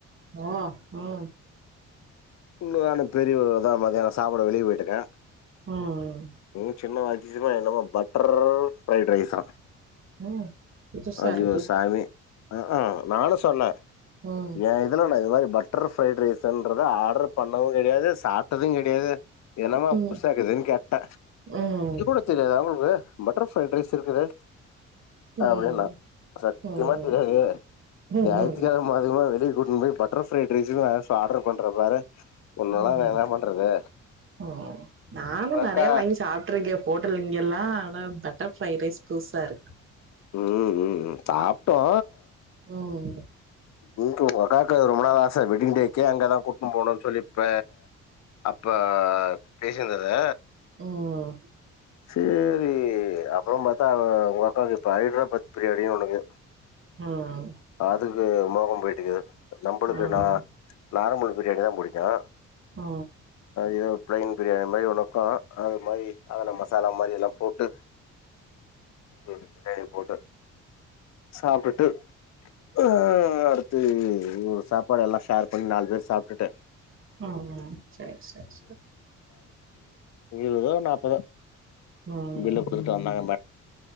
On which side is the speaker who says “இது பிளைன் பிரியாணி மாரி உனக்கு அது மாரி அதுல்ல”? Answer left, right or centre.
Left